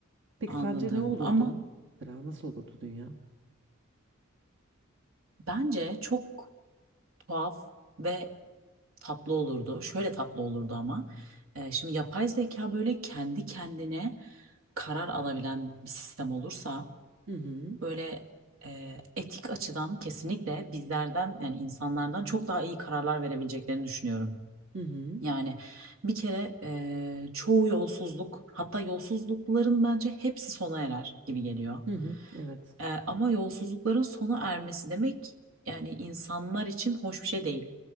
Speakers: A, on the right; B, on the right.
A: Peki
B: Anladım.
A: sence ne olurdu?
B: Ama
A: Mesela nasıl olurdu dünya?
B: bence çok tuhaf ve tatlı olurdu. Şöyle tatlı olurdu ama. e, şimdi yapay zeka böyle kendi kendine karar alabilen bir sistem olursa
A: Hı hı.
B: böyle e, etik açıdan kesinlikle bizlerden yani insanlardan çok daha iyi kararlar verebileceklerini düşünüyorum.
A: Hı hı.
B: Yani bir kere eee, çoğu yolsuzluk hatta yolsuzlukların bence hepsi sona erer gibi geliyor.
A: Hı hı. Evet.
B: Eee, ama yolsuzlukların sona ermesi demek yani insanlar için hoş bir şey değil.